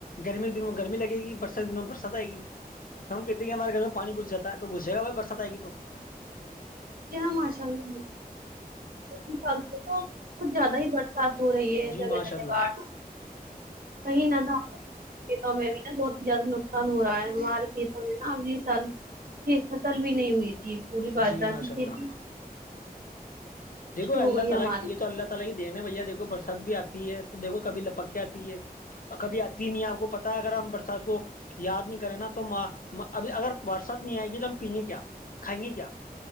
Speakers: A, on the left (about 60°); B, on the right (about 65°).
A: گرمی کے دن میں گرمی لگےی برسات کے دنوں میں برسات آئے گی ہم کہتے ہیں کہ ہمارے گھر میں پانی گھاتا ہے گھس گ بائی برسات آئے گ تو
B: جی ہاں ماشاء اللہ د سال سے تو کچھ زیادہ ہی برسات ہو رہی ہے
A: جی
B: جگہ
A: ماشاء
B: جگہ
A: اللہ
B: باہ کہیں نہگ کھیتوں میں بھی نا بہت ہی زیادہ نقصان ہو رہا ہے ہمارے کھیتوں میں نا اگلے سال ت فتل بھی نہیں ہوئی تھی پوری بازرات
A: جی ماشاء
B: تھی
A: اللہ
B: تھی
A: <unintelligible>
B: ہو گئی ہماری
A: کبھی آتی نہیں ہے آپ کو پتا ہے اگر ہم برسات کو یاد نہیں کریں نا تو اب اگر برسات نہیں آئے گی تو ہم پیئیں گے کیا کھائیں گے کیا